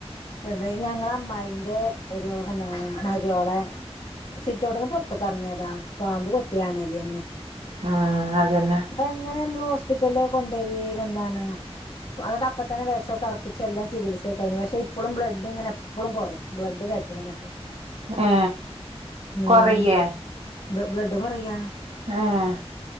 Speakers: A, on the left (about 55°); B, on the right (about 70°).
A: എലകി ഞങ്ങളൊ അമ്മായിന്റെഒരു എന്താണ് മരോളെ സിറ്റോട്ടന്ന് പുറത്ത്ക്ക് ഇറങ്ങിയതാ പാമ്പ് കൊത്തി അണലി ന്നെ
B: ആഹ് അതന്നെ
A: അങ്ങനെ നമ്മള് ഹോസ്പിറ്റലിക്കൊ കൊണ്ടോയി എന്താണ് അതൊണ്ട് അപ്പ തെ വെഷം ഒക്കെറക്കിച്ച് എല്ലാം ചികിത്സെ കഴിഞു പക്ഷെ ഇപ്പോഴും ബ്ലഡ് ഇങ്ങനെ എപ്പഴും കുറയും ബ്ലഡ് കറ്റണം എന്നിട്ട്.
B: ഏ
A: ഉം
B: കൊറയെ
A: ബ്ലഡ് കുറയ
B: ആഹ്